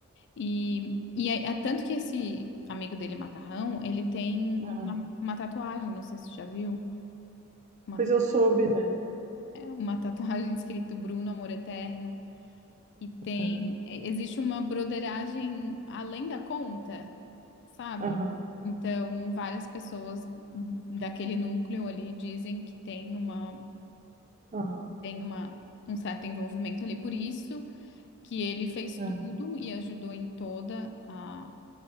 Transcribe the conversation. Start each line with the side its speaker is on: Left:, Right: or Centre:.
Left: E, e é, é tanto que esse amigo dele, Macarrão, ele tem
Right: Ah,
Left: uma, uma tatuagem, não sei se você já viu, uma,
Right: pois
Left: ta-
Right: eu soube, né?
Left: é, uma tatuagem <laughs> escrito Bruno, Amor Eterno. E tem,
Right: Ah,
Left: é, existe uma broderagem além da conta sabe?
Right: Aham,
Left: Então, várias pessoas daquele núcleo ali dizem que tem uma,
Right: aham,
Left: tem uma, um certo envolvimento ali, por isso que ele fez
Right: aham.
Left: tudo e ajudou em toda a,